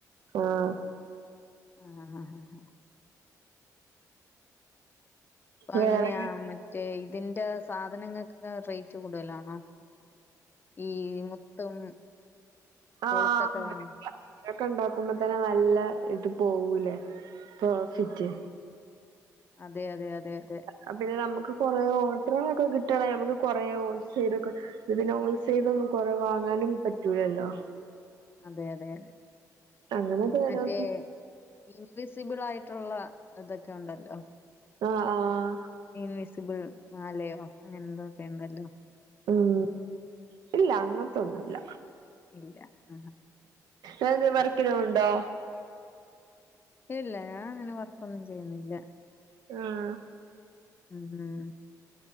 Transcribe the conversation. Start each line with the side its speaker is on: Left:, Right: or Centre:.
Right: ആഹ്.
Left: ആഹ് ഹ ഹ ഹ അങ്ങനെയാ
Right: വേറെ
Left: മറ്റേ ഇതിന്റെ സാധനങ്ങക്. വ റെയ്റ്റ് കൂടുതലാണോ ഈ മുത്തും.
Right: ആ
Left: കൊളുത്തൊക്കെ വാങ്ങ
Right: <inaudible> ക്കെ ഇണ്ടാക്കുമ്പോ തന്നെ നല്ല ഇത് പോവൂലേ? പ്രോഫിറ്റ്.
Left: ആ അതെ അതെ അതെ അതെ.
Right: അത് പിന്നെ നമക്ക് കുറെ ഓട്റ്ളൊക്കെ കിട്ടാണെ നമക്ക് കൊറെ ഹോൽസൈലൊക്കെ. ഇത് പിന്നെ ഹോൾസൈലൊന്നും കൊറെ വാങ്ങാനും പറ്റൂലല്ലോ?
Left: അതെ അതെ അതെ
Right: അങ്ങനെ തരാനൊന്നുല്ല
Left: മറ്റേ ഇ. വിസിബിളായിട്ടുള്ള ഇതൊക്കെ ഉണ്ടല്ലോ.
Right: ആഹ് ആഹ്.
Left: ഇൻവിസിബിള് മാലയോ അങ്ങനെ എന്തോക്കെ ഇണ്ടല്ലോ?
Right: ഉം ഇല്ല അങ്ങത്തൊന്നുല്ല.
Left: ഇല്ല ആ
Right: ഏതെങ്കിലും വർക്കിന് പോണുണ്ടോ?
Left: ഇല്ല ഞാ അങ്ങനെ വർക്കൊന്നും ചെയ്യുന്നില്ല.
Right: ആഹ്.
Left: ഉം ഉം.